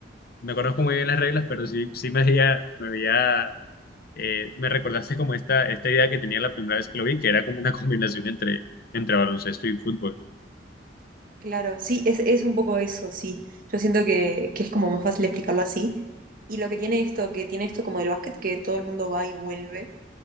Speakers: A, on the left (about 55°); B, on the right (about 50°).
A: No conozco muy bien las reglas, pero sí, sí me veía, me veía eh, me recordaste como esta, esta idea que tenía la primera vez que lo vi, que era como una <laughs> combinación entre, entre baloncesto y fútbol.
B: Claro, sí, es, es un poco eso, sí. Yo siento que, que es como más fácil explicarlo así. Y lo que tiene esto, que tiene esto como del básquet, que todo el mundo va y vuelve